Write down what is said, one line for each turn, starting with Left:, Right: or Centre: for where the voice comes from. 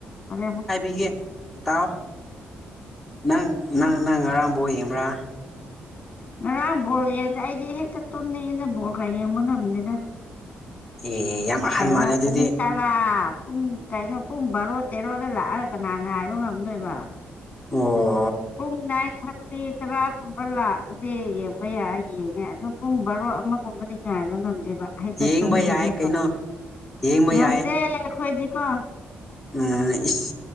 Left: ꯍꯣꯔꯦꯟꯃꯨꯛ꯫
Centre: ꯈꯤꯒꯦ ꯇꯥꯎꯑꯣ ꯅꯪ ꯅꯪ ꯅꯪ ꯉꯔꯥꯡ ꯕꯣꯜ ꯌꯦꯡꯕ꯭ꯔꯥ꯫
Left: ꯉꯔꯥꯡ ꯕꯣꯜ ꯌꯦꯡꯗꯦ ꯑꯩꯗꯤ ꯍꯦꯛꯇ ꯇꯨꯝꯅꯤꯡꯉꯤꯗ ꯕꯣꯜꯒ ꯌꯦꯡꯕ ꯉꯝꯗꯦꯗ꯫
Centre: ꯑꯦ ꯌꯥꯝ ꯑꯍꯟ
Left: ꯀꯩꯅꯣ
Centre: ꯃꯥꯜꯂꯦ ꯑꯗꯨꯗꯤ
Left: ꯄꯨꯡ ꯇꯥ ꯥꯔꯥ ꯄꯨꯡ ꯀꯩꯅꯣ ꯄꯨꯡ ꯕꯥꯔꯣ ꯇꯦꯔꯣꯗ ꯂꯥꯛꯑꯒ ꯀꯅꯥ ꯉꯥꯏꯕ ꯉꯝꯗꯣꯏꯕ
Centre: ꯑꯣ
Left: ꯄꯨꯡ ꯅꯥꯏꯟ ꯊꯥꯔꯇꯤ ꯇꯔꯥꯒꯨꯝꯕ ꯂꯥꯛꯑꯗꯤ ꯌꯦꯡꯕ ꯌꯥꯏ ꯌꯦꯡꯉꯦ ꯑꯗꯨꯝ ꯄꯨꯡ ꯕꯥꯔꯣ ꯑꯃꯒꯨꯝꯕꯗꯤ ꯉꯥꯏꯕ ꯉꯝꯗꯦꯕ ꯍꯦꯛꯇ
Centre: ꯌꯦꯡꯕ
Left: ꯇꯨꯝꯅꯤꯡꯉꯦꯕ
Centre: ꯌꯥꯏ ꯀꯩꯅꯣ ꯌꯦꯡꯕ
Left: ꯉꯝꯗꯦ
Centre: ꯌꯥꯏ
Left: ꯑꯩꯈꯣꯏꯗꯤ ꯀꯣ
Centre: ꯎꯝ ꯏꯁ